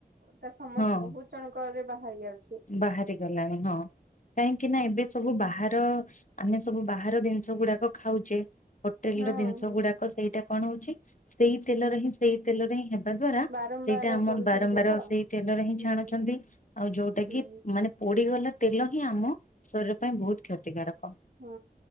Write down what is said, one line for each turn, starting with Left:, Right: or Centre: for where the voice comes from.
Right: ତା ସମସ୍ତେ
Left: ହଁ।
Right: ବହୁତ ଜଣଙ୍କରେ ବାହାରି ଯାଉ
Left: ବାହାରି ଗଲାଣି ହଁ କାହିଁକିନା ଏବେ ସବୁ ବାହାର ଆମେ ସବୁ ବାହାର ଜିନିଷ ଗୁଡାକ ଖାଉଛେ ହୋଟେଲ୍
Right: ହଁ
Left: ର ଜିନିଷ
Right: ହଁ
Left: ଗୁଡ଼ାକ ସେଇଟା କଣ ହଉଛି ସେଇ ତେଲରେ ହିଁ ସେଇ ତେଲରେ ହିଁ ହେବ ଦ୍ଵାରା
Right: ବାରମ୍ବାର
Left: ସେଇଟା ଆମ
Right: କରୁଛନ୍ତି
Left: ବାରମ୍ବାର
Right: ତ
Left: ସେଇ ତେଲର ହିଁ
Right: ହୁଁ
Left: ଛାଣୁଛନ୍ତି ଆଉ ଯୋଉ
Right: ହୁଁ
Left: ମାନେ ପୋଡ଼ି ଗଲା ତେଲ ହିଁ ଆମ ଶରୀର ପାଇଁ ବହୁତ କ୍ଷତିକାରକ।
Right: ହଁ।